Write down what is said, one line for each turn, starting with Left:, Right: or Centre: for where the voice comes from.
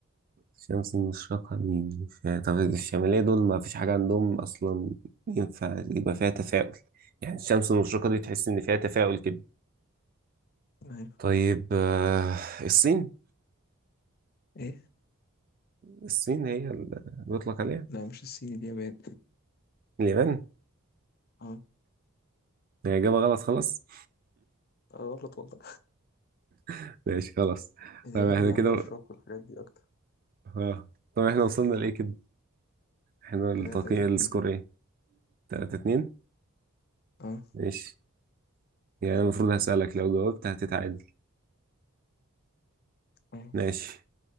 Right: الشمس المشرقة مين ف- طب الشمالية دول ما فيش حاجة عندهم أصلا ينفع يبقى فيها تفاؤل يعني الشمس المشرقة دي تحس إن فيها تفاؤل كده
Left: أيوه،
Right: طيب آه، الصين
Left: إيه؟
Right: الصين هي اللي بيطلق عليها
Left: لأ مش الصين اليابان
Right: اليابان
Left: آه،
Right: هي إجابة غلط خلاص
Left: آه، غلط والله
Right: <laughs> ماشي خلاص
Left: اليابان
Right: طب احنا
Left: اللي
Right: كده
Left: عندها الشوك والحاجات دي أكتر،
Right: اه طب احنا وصلنا لإيه كده احنا التقييم
Left: كده 3، 2
Right: السكور ايه تلاتة اتنين
Left: آه،
Right: ماشي يعني المفروض هسألك لو جاوبت هتتعادل
Left: أيوه
Right: ماشي